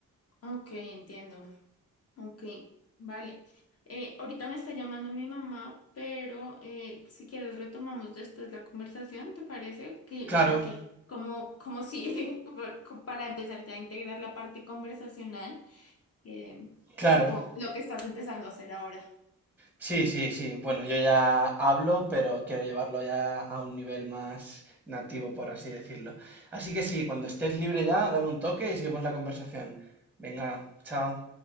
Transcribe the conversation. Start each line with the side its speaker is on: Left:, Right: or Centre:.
Left: ok, entiendo. Ok, vale. Eh, ahorita me está llamando mi mamá, pero eh, si quieres retomamos después la conversación, ¿te parece? Que,
Centre: Claro,
Left: o sea, que como, como si, <laughs> por- para empezar ya a integrar la parte conversacional, que
Centre: claro.
Left: supongo lo que estás empezando a hacer ahora.
Centre: Sí, sí, sí. Bueno, yo ya hablo, pero quiero llevarlo ya a un nivel más nativo, por así decirlo. Así que sí, cuando estés libre ya, dame un toque y seguimos la conversación. Venga, chao.